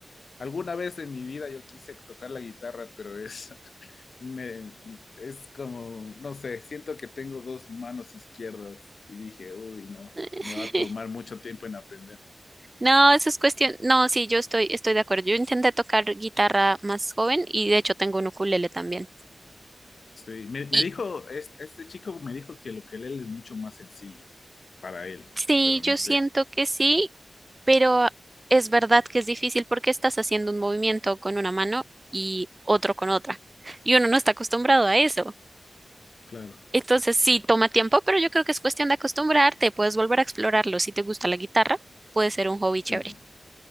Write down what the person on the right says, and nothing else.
<laughs>
No, eso es cuestión. No, sí, yo estoy, estoy de acuerdo. Yo intenté tocar guitarra más joven y de hecho tengo un ukulele también.
Y
sí,
yo
siento que sí, pero es verdad que es difícil porque estás haciendo un movimiento con una mano y otro con otra. Y uno no está acostumbrado a eso.
Entonces sí, toma tiempo, pero yo creo que es cuestión de acostumbrarte. Puedes volver a explorarlo. Si te gusta la guitarra, puede ser un hobby chévere.